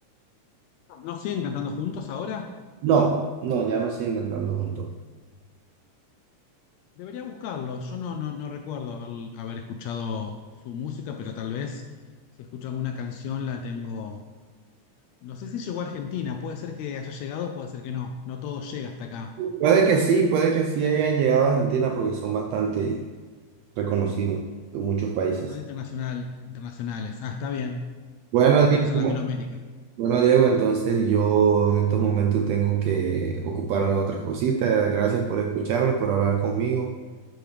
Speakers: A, on the left; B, on the right.
A: ¿No siguen cantando juntos ahora?
B: No, no, ya no siguen cantando juntos.
A: Debería buscarlos. Yo no, no, no recuerdo haber, haber escuchado su música, pero tal vez si escucho alguna canción la tengo. No sé si llegó a Argentina, puede ser que haya llegado, puede ser que no. No todo llega hasta acá.
B: Puede que sí, puede que sí hayan llegado a Argentina porque son bastante reconocidos en muchos países.
A: Bastante internacional, internacionales. Ah, está bien.
B: Bueno,
A: O por lo
B: Diego,
A: menos en Latinoamérica.
B: bueno, Diego, entonces yo en estos momentos tengo que ocuparme de otras cositas. Gracias por escucharme, por hablar conmigo.